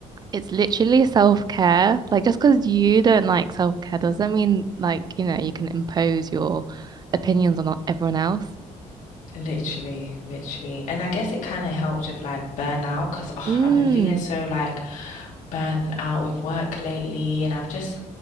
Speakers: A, on the right (about 30°); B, on the left (about 70°).
A: It's literally self-care. Like just because you don't like self-care doesn't mean like, you know, you can impose your opinions on o- everyone else.
B: Literally, literally. And I guess it kind of helped with like burnout because oh,
A: Mm,
B: I've been feeling so like burnt out with work lately. And I've just,